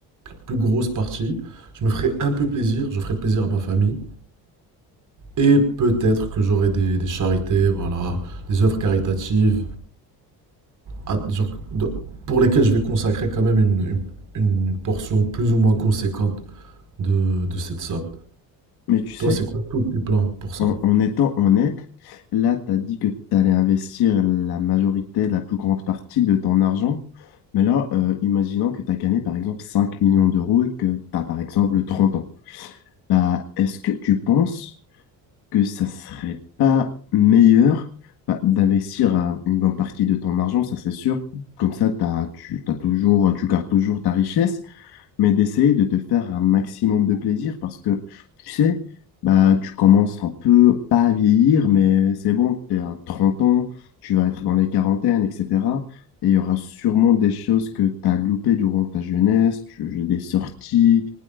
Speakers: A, on the right; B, on the left.
A: plus grosse partie. Je me ferai un peu plaisir, je ferai plaisir à ma famille. Et peut-être que j'aurai des, des charités, voilà, des œuvres caritatives, à- genre, de- pour lesquelles je vais consacrer quand même une, une- une portion plus ou moins conséquente de, de cette somme.
B: Mais tu sais,
A: Toi, c'est quoi tous tes plans pour ça?
B: en, en étant honnête, là, tu as dit que tu allais investir la majorité, la plus grande partie de ton argent. Mais là, euh, imaginons que tu as gagné par exemple 5 millions d'euros et que tu as par exemple 30 ans. Bah, est-ce que tu penses que ça serait pas meilleur bah, d'investir euh, une bonne partie de ton argent, ça c'est sûr. Comme ça, t'as- tu, t'as toujours, tu gardes toujours ta richesse, mais d'essayer de te faire un maximum de plaisir parce que, tu sais, bah, tu commences un peu, pas à vieillir, mais c'est bon, tu es à 30 ans, tu vas être dans les quarantaines, etc. Et il y aura sûrement des choses que tu as loupées durant ta jeunesse, tu- des sorties,